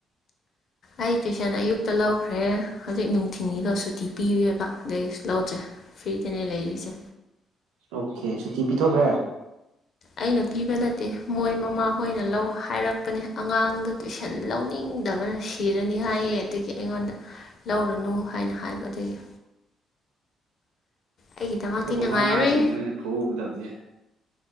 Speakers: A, on the left; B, on the right.
A: ꯑꯩ ꯇꯨꯏꯁꯟ ꯑꯌꯨꯛꯇ ꯂꯧꯈ꯭ꯔꯦ ꯍꯧꯖꯤꯛ ꯅꯨꯡꯊꯤꯟꯜꯒꯤꯗꯣ ꯁꯨꯇꯤ ꯄꯤꯦꯕ ꯑꯗꯩ ꯂꯧꯗ꯭ꯔꯦ ꯐꯤꯔꯤꯇꯅꯦ ꯂꯩꯔꯤꯁꯦ
B: ꯑꯣꯀꯦ ꯁꯨꯇꯤ ꯄꯤꯊꯣꯛꯈ꯭ꯔꯦ
A: ꯑꯩꯅ ꯄꯤꯕ ꯅꯠꯇꯦ ꯃꯣꯏ ꯃꯃꯥꯍꯣꯏꯅ ꯂꯧ ꯍꯥꯏꯔꯛꯄꯅꯦ ꯑꯉꯥꯡꯗ ꯇꯨꯏꯁꯟ ꯂꯧꯅꯤꯡꯗꯕꯅꯦ ꯁꯤꯔꯅꯤ ꯍꯥꯏꯌꯦ ꯑꯗꯨꯗꯒꯤ ꯑꯩꯉꯣꯟꯗ ꯂꯧꯔꯨꯅꯨ ꯍꯥꯏꯅ ꯍꯥꯏꯕ ꯑꯗꯨꯒꯤ ꯑꯩꯒꯤꯗꯃꯛꯇꯤ
B: ꯑꯗꯨꯒꯨꯝꯕ
A: ꯅꯨꯡꯉꯥꯏꯔꯣꯏ
B: ꯑꯉꯥꯡꯁꯤꯡꯗꯨꯅꯅꯦ ꯐꯨꯎꯒꯗꯕꯅꯦꯦ